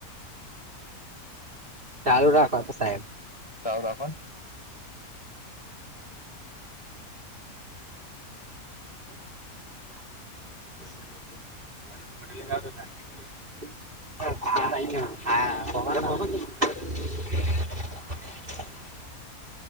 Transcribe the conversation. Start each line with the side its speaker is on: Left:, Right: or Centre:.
Right: ચાલુ રાખો તો સાહેબ.
Left: ચાલુ રાખો ને
Right: <inaudible> <inaudible> <inaudible> <inaudible>